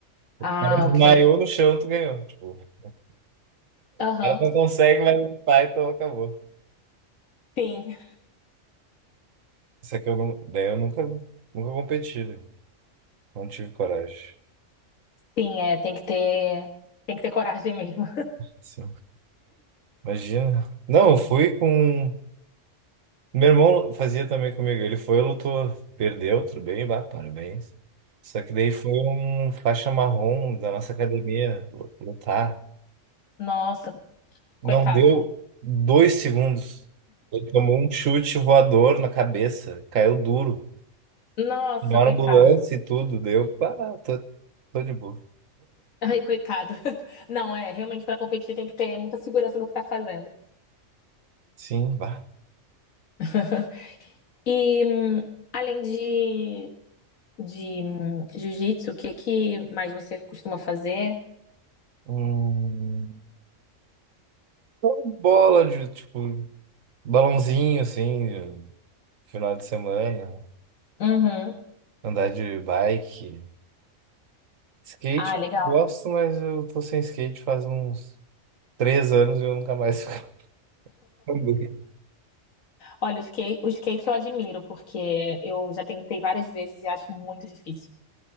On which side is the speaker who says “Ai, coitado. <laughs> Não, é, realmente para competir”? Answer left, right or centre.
Left